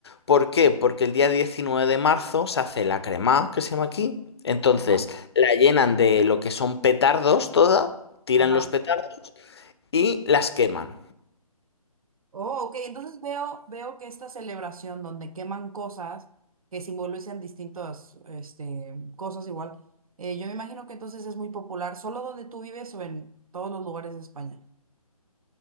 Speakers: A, on the left; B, on the right.
A: ¿Por qué? Porque el día 19 de marzo se hace la crema, que se llama aquí. Entonces,
B: ajá,
A: la llenan de lo que son petardos toda, tiran
B: ajá.
A: los petardos y las queman.
B: Oh, ok, entonces veo, veo que esta celebración donde queman cosas que simbolizan distintas este, cosas igual, eh, yo me imagino que entonces es muy popular, ¿solo donde tú vives o en todos los lugares de España?